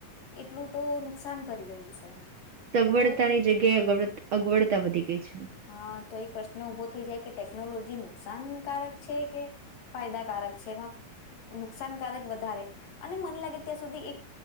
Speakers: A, on the left (about 85°); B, on the right (about 70°).
A: એટલું તો નુકસાન કરી રહ્યું છે.
B: સગવડતાની
A: તો
B: જગ્યાએ અગવડતા વધી ગઈ છે.
A: હા તો એક પ્રશ્ન ઉભો થઈ જાય કે, ટેકનોલોજી નુકસાનકારક છે કે, ફાયદાકારક છે એમાં નુકસાન નુકસાન વધારે, અને મને લાગે ત્યાં સુધી એક